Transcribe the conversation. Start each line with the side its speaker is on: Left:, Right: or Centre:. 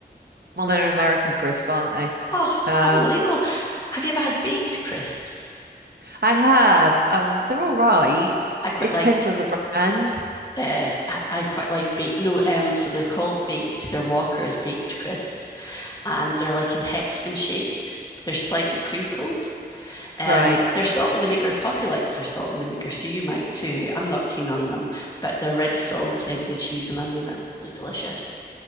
Right: Well, they're an American crisp, aren't they?
Left: Oh,
Right: Um,
Left: unbelievable. Have you ever had baked crisps?
Right: I have. Um, they're all right.
Left: I quite
Right: It
Left: like
Right: depends on the brand.
Left: uh, I- quite like baked. No, um, so they're called baked. They're Walker's baked crisps, and they're like in hexagon shapes. They're slightly crinkled, Um,
Right: Right.
Left: there's salt and vinegar. Poppy likes their salt and vinegar, so you might too. I'm not keen on them, but they're ready salted, and cheese and onion are really delicious.